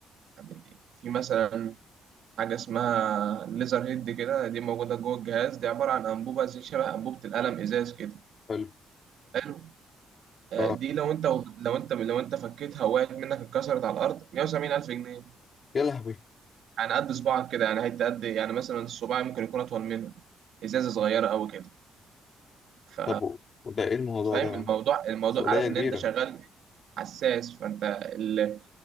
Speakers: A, on the right; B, on the left.
A: يعني في مثلا حاجه اسمها ليزر هيد كده دي موجوده جوه الجهاز دي عباره عن انبوبه زي شبه انبوبه القلم ازاز كده
B: حلو
A: حلو آه،
B: أه
A: دي لو انت لو انت لو انت فكيتها وقعت منك اتكسرت على الارض 170 الف جنيه
B: يا لهوي
A: يعني قد صباعك كده يعني حته قد يعني مثلا الصباع ممكن يكون اطول منها ازازه صغيره قوي كده ف
B: طب و- وده إيه الموضوع
A: فاهم
B: ده يا
A: الموضوع
B: عم؟
A: الموضوع
B: مسؤولية
A: عارف
B: كبيرة
A: ان انت شغال حساس فانت ال-